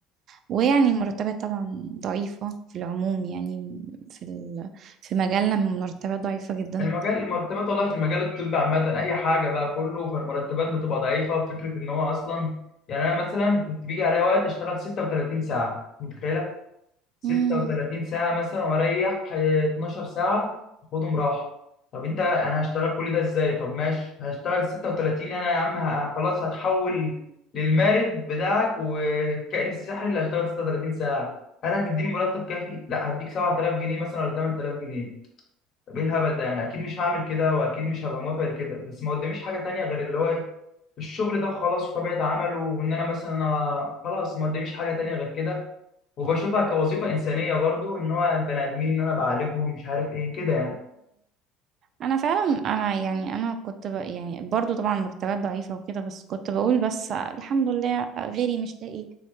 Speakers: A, on the right (about 50°); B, on the left (about 55°).
A: ويعني المرتبات طبعا ضعيفه في العموم يعني في ال... في مجالنا المرتبات ضعيفه جدا
B: المجال المرتبات والله في المجال الطبي عامه اي حاجه بقى كله فالمرتبات بتبقى ضعيفه فكره ان هو اصلا يعني انا مثلا كنت بيجي عليا وقت اشتغل 36 ساعه متخيله 36
A: امم
B: ساعة مثلا وأريح ح- 12 ساعة أخدهم راحة طب أنت أنا هشتغل كل ده إزاي؟ طب ماشي هشتغل 36 أنا يا عم ه- خلاص هتحول للمارد بتاعك والكائن السحري اللي هشتغل 36 ساعة هل هتديني مرتب كافي؟ لا هديك 7000 جنيه مثلا ولا 8000 جنيه طب إيه الهبل ده؟ أنا أكيد مش هعمل كده وأكيد مش هبقى موافق لكده بس ما قداميش حاجة تانية غير اللي هو إيه الشغل ده وخلاص وطبيعة عمله وإن أنا مثلا آه، خلاص ما قداميش حاجة تانية غير كده وبشوفها كوظيفة إنسانية برضو إن هو البني آدمين إن أنا بعالجهم مش عارف إيه كده يعني
A: انا فعلا انا يعني انا كنت ب... يعني برضو طبعا مرتبات ضعيفة وكده بس كنت بقول بس الحمد لله غيري مش لاقي